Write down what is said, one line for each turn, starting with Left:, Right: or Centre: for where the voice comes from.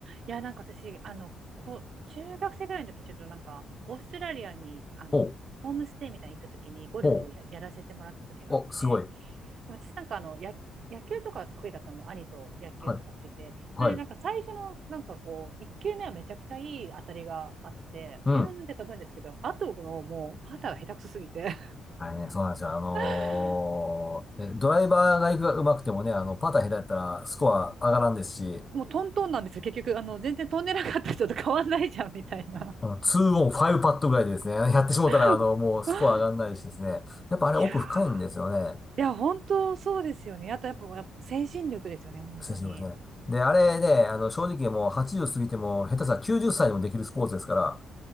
Right: いや、なんか私、あの、こ、中学生ぐらいの時にちょっとなんか、オーストラリアに、あの、
Left: ほう、
Right: ホームステイみたいに行った時にゴルフをや、
Left: ほう、
Right: やらせてもらった時があって、
Left: お、すごい。
Right: で私なんかあの、や、野球とか得意だったんで、兄と野球とかしてて、
Left: はい、はい、
Right: なんでなんか最初のなんかこう、1球目はめちゃくちゃいい当たりがあって、
Left: うん。
Right: ピューンって飛ぶんですけど、あとのもうパターが下手くそすぎて
Left: あれね、そうなんですよ。あのーねドライバーが行くが上手くてもね、
Right: <laughs>
Left: あの、パター下手やったらスコア上がらんですし、
Right: もうトントンなんですよ。結局、あの、全然飛んでなかった人と変わんないじゃん、みたいな
Left: あの、2オン5パットぐらいでですね、<laughs> やってしもたら、
Right: <laughs>。
Left: あの、もうスコア上がんないしですね、やっぱあれ奥深いんですよね、
Right: いやーいや、本当そうですよね。あと、やっぱ、やっぱ精神力ですよね、本当に。
Left: 選手もですね。で、あれね、あの、正直もう80過ぎても、下手したら90歳でもできるスポーツですから、